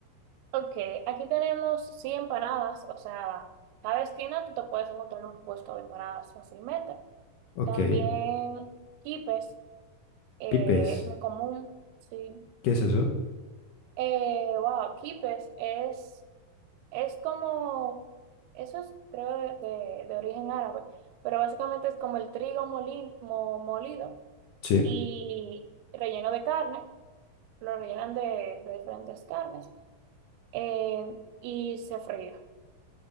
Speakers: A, on the right; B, on the left.
A: Ok, aquí tenemos sí empanadas, o sea, cada esquina tú te puedes encontrar un puesto de empanadas fácilmente.
B: Ok.
A: También quipes, eh,
B: Pipes.
A: es muy común, sí.
B: ¿Qué es eso?
A: Eh, wow, quipes es, es como, eso es creo de, de- de origen árabe, pero básicamente es como el trigo molin- mo- molido
B: Sí.
A: y relleno de carne, lo rellenan de, de diferentes carnes eh, y se fría,